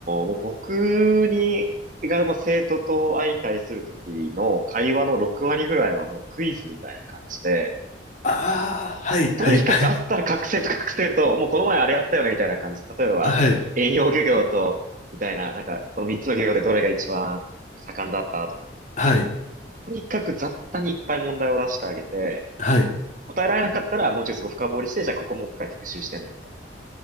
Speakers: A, on the right; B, on the left.
A: もう僕に、がもう生徒と相対する時の会話の6割ぐらいはもうクイズみたいな感じで、
B: ああー、はい、はい、
A: とにかくあったら覚醒と覚醒と、
B: はい、
A: もうこの前あれやったよねみたいな感じ。例えば、
B: あはい、
A: 遠洋漁業と、みたいな、なんか、この三つの漁業でどれが一番盛んだったとか、
B: はい、
A: とにかく雑多にいっぱい問題を出してあげて、
B: はい、
A: 答えられなかったらもうちょいすごい深掘りして、じゃあここもう一回復習してね、みたいな。も